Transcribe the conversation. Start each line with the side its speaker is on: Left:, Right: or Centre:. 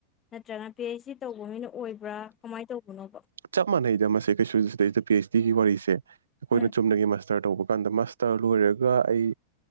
Left: ꯅꯠꯇ꯭ꯔꯒꯅ ꯄꯤ ꯑꯩꯩꯆ ꯗꯤ ꯇꯧꯕ ꯃꯤꯅ ꯑꯣꯏꯕ꯭ꯔꯥ ꯀꯃꯥꯏꯅ ꯇꯧꯕꯅꯣꯕ
Right: ꯆꯞ ꯃꯥꯟꯅꯩꯗ ꯃꯁꯦ ꯀꯩꯁꯨ ꯁꯤꯗꯩꯗ ꯄꯤ ꯑꯩꯆ ꯗꯤꯒꯤ ꯋꯥꯔꯤꯁꯦ ꯑꯩꯈꯣꯏꯅ
Left: ꯎꯝ
Right: ꯆꯨꯝꯅꯒꯤ ꯃꯁ ꯃꯥꯁꯇꯔ ꯇꯧꯕ ꯀꯥꯟꯗ ꯃꯥꯁꯇꯔ ꯂꯣꯏꯔꯒ ꯑꯩ